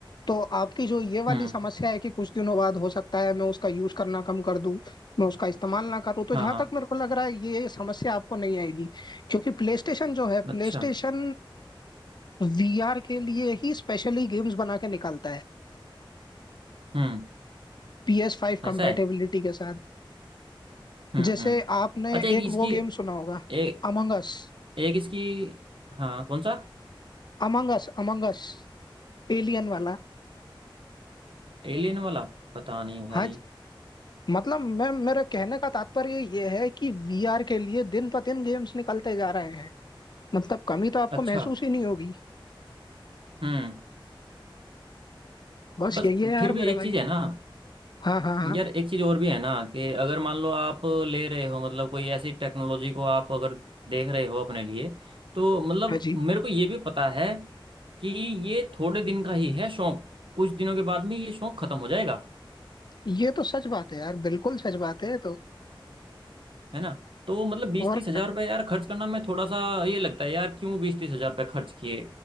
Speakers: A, on the left; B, on the right.
A: तो आपकी जो ये वाली
B: हम्म
A: समस्या है कि कुछ दिनों बाद हो सकता है मैं उसका यूज करना कम कर दूं मैं उसका इस्तेमाल ना करूं तो
B: हाँ
A: जहां
B: हाँ
A: तक मेरे को लग रहा है ये समस्या आपको नहीं आएगी क्योंकि प्ले स्टेशन जो है
B: अच्छा
A: प्ले स्टेशन वीआर के लिए ही स्पेशली गेम्स बना के निकालता है
B: हम्म
A: पी एस फाइव
B: ऐसा
A: कंपेटेबिलिटी
B: है
A: के साथ
B: हम्म
A: जैसे
B: हम्म
A: आपने
B: अच्छा एक
A: एक
B: इसकी
A: वो गेम सुना होगा
B: एक
A: अमंगस
B: एक इसकी हाँ कौन सा
A: अमंगस अमंगस एलियन वाला
B: एलियन वाला पता नहीं भाई
A: हाँ मतलब मैं मेरा कहने का तात्पर्य ये है कि वीआर के लिए दिन ब दिन गेम्स निकलते जा रहे हैं मतलब कमी तो आपको
B: अच्छा
A: महसूस ही नहीं होगी
B: हम्म
A: बस
B: बस
A: यही है यार
B: फिर भी
A: मेरे
B: एक
A: भाई
B: चीज है ना
A: हाँ हाँ हाँ
B: यार एक चीज और भी है ना कि अगर मान लो आप ले रहे हो मतलब कोई ऐसी टेक्नोलॉजी को आप अगर देख रहे हो अपने लिए तो मतलब
A: हाँ जी
B: मेरे को ये भी पता है कि ये थोड़े दिन का ही है शौक कुछ दिनों के बाद में ये शौक खत्म हो जाएगा
A: ये तो सच बात है यार बिल्कुल सच बात है ये तो
B: है ना तो मतलब बीस
A: और
B: तीस हजार
A: क्या?
B: रुपये यार खर्च करना मैं थोड़ा सा ये लगता है यार क्यों बीस तीस हजार रुपये खर्च किए